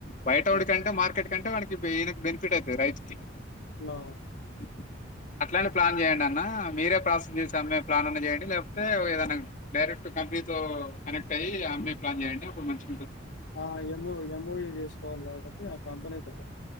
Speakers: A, on the left; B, on the left.
A: భయటోడు
B: హ్మ్.
A: కంటే మార్కెట్ కంటే వానికి ఈయనకు బెనిఫి ట్ అయితది రైతుకి
B: లా
A: అ అట్లాంటి ప్లాన్ చేయండి అన్న మీరే ప్రాసెస్ చేసి అమ్మే ప్లాన్ అన్నా చేయండి లేకపోతే ఏదైనా డైరెక్ట్ కంపెనీతో కనెక్ట్ అయ్యి అమ్మే ప్లాన్ చేయండి అప్పుడు మంచి
B: ఆ ఎమ్ఓ ఎమ్ బి ఓవి చేసుకోవాలి కాబట్టి ఆ కంపెనీతో